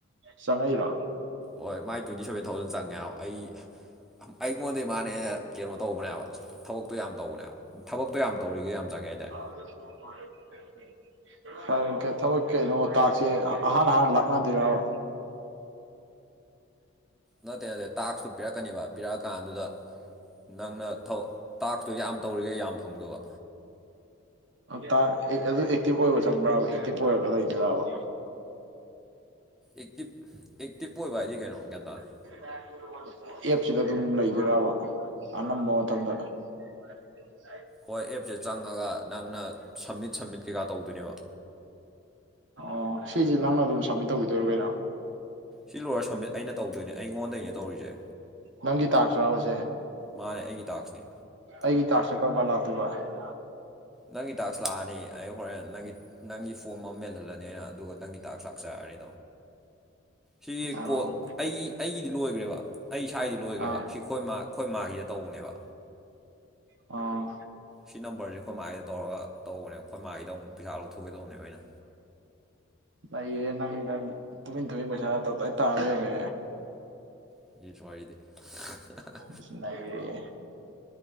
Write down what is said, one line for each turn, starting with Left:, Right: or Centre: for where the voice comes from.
Right: ꯆꯪꯉꯛꯏꯔꯣ?
Centre: ꯍꯣꯏ ꯃꯥꯏ ꯇ꯭ꯋꯦꯟꯇꯤ ꯁꯕꯦꯟ ꯊꯥꯎꯖꯟ ꯆꯪꯉꯦꯕ ꯑꯩ ꯑꯩꯉꯣꯟꯗꯩ ꯃꯥꯅꯦ ꯀꯩꯅꯣ ꯇꯧꯕꯅꯦꯕ ꯊꯕꯛꯇꯣ ꯌꯥꯝ ꯇꯧꯕꯅꯦ ꯊꯕꯛꯇꯣ ꯌꯥꯝ ꯇꯧꯔꯤꯒꯦ ꯌꯥꯝ ꯆꯪꯉꯦ ꯍꯥꯏꯇꯥꯔꯦ꯫
Right: <unintelligible> ꯐꯔꯦ ꯊꯕꯛ ꯀꯩꯅꯣ ꯇꯥꯛꯁꯦ ꯑꯍꯥꯟ ꯑꯍꯥꯟ ꯂꯥꯛꯅꯗꯣꯏꯔꯕ?
Centre: ꯅꯠꯇꯦ ꯅꯠꯇꯦ ꯇꯥꯛꯁꯇꯨ ꯄꯤꯔꯛꯀꯅꯤꯕ ꯄꯤꯔꯛꯑꯀꯥꯟꯗꯨꯗ ꯅꯪꯅ ꯊꯧ ꯇꯥꯛꯁꯇꯨ ꯌꯥꯝ ꯇꯧꯔꯤꯒꯩ ꯌꯥꯝ ꯐꯪꯗꯨꯕ꯫
Right: ꯇꯥꯛ ꯑꯗꯨ ꯑꯦꯛꯇꯤꯚ ꯑꯣꯏꯕ ꯆꯪꯕ꯭ꯔꯕ ꯑꯦꯛꯇꯤꯚ ꯑꯣꯏꯔꯒ ꯂꯩꯗꯣꯏꯔꯥꯕ
Centre: ꯑꯦꯛꯇꯤꯞ ꯑꯦꯛꯇꯤꯞ ꯑꯣꯏꯕꯗꯤ ꯀꯩꯅꯣ ꯒ꯭ꯌꯥꯟ ꯇꯗꯦ꯫
Right: <unintelligible> ꯑꯦꯞꯁꯤꯗ ꯑꯗꯨꯝ ꯂꯩꯗꯨꯏꯔꯥꯕ ꯑꯅꯝꯕ ꯃꯇꯝꯗ꯫ <unintelligible>
Centre: ꯍꯣꯏ ꯑꯦꯞꯁꯦ ꯆꯪꯉꯒ ꯅꯪꯅ ꯁꯝꯃꯤꯠ ꯁꯝꯃꯤꯠ ꯀꯩꯀꯥ ꯇꯧꯗꯣꯏꯅꯦꯕ꯫
Right: ꯑꯣ ꯁꯤꯁꯤ ꯅꯪꯅ ꯑꯗꯨꯝ ꯁꯝꯃꯤꯠ ꯇꯧꯕꯤꯗꯣꯏꯔꯣ ꯀꯩꯅꯣ
Centre: ꯁꯤ ꯂꯣꯏꯔ ꯁꯝꯃꯤꯠ ꯑꯩꯅ ꯇꯧꯗꯣꯏꯅꯦ ꯑꯩꯉꯣꯟꯗꯒꯤꯅꯦ ꯇꯧꯔꯤꯁꯦ
Right: ꯅꯪꯒꯤ ꯇꯥꯛꯁ ꯔꯥꯕꯁꯦ
Centre: ꯃꯥꯅꯦ ꯑꯩꯒꯤ ꯇꯥꯛꯁꯅꯦ
Right: ꯑꯩꯒꯤ ꯇꯥꯥꯛꯁꯅ ꯀꯔꯝꯒꯟ ꯂꯥꯛꯇꯣꯏꯕ ꯑꯗꯨꯒꯕ
Centre: ꯅꯪꯒꯤ ꯇꯥꯛꯁ ꯂꯥꯛꯑꯅꯤ ꯑꯩ ꯍꯣꯔꯦꯟ ꯅꯪꯒꯤ ꯅꯪꯒꯤ ꯐꯣꯝ ꯑꯃ ꯃꯦꯜꯍꯜꯂꯅꯤ ꯑꯩꯅ ꯑꯗꯨꯒ ꯅꯪꯒꯤ ꯇꯥꯛ ꯂꯥꯛꯆꯔꯔꯤ ꯁꯤꯒꯤ
Right: ꯑꯥ
Centre: ꯀꯣꯜ ꯑꯩꯒꯤ ꯑꯩꯒꯤꯗꯤ ꯂꯣꯏꯈ꯭ꯔꯦꯕ ꯑꯩ ꯏꯁ꯭ꯋꯥꯏꯗꯤ ꯂꯣꯏꯈ꯭ꯔꯦꯕ
Right: ꯑꯥ
Centre: ꯁꯤ ꯈꯣꯏ ꯃꯥ ꯈꯣꯏ ꯃꯥꯒꯤꯗ ꯇꯧꯕꯅꯦꯕ
Right: ꯑꯥ
Centre: ꯁꯤ ꯅꯝꯕꯔꯁꯤ ꯈꯣꯏ ꯃꯥꯥꯏꯒꯤꯗ ꯇꯧꯔꯒ ꯇꯧꯕꯅꯦ ꯈꯣꯏ ꯃꯥꯒꯤꯗ ꯑꯃꯨꯛ ꯄꯩꯁꯥ ꯂꯧꯊꯣꯛꯀꯦꯗꯧꯕꯅꯦꯕ ꯑꯩꯅ꯫
Right: ꯅꯩꯔꯦ ꯅꯪ ꯅꯪ ꯇꯨꯃꯤꯟ ꯇꯨꯃꯤꯟ ꯄꯩꯁꯥ ꯇꯞꯇꯥꯏ ꯇꯥꯂꯩꯔꯝꯃꯦ꯫
Centre: <unintelligible>
Right: ꯏꯁ ꯅꯪꯔꯦꯌꯦ꯫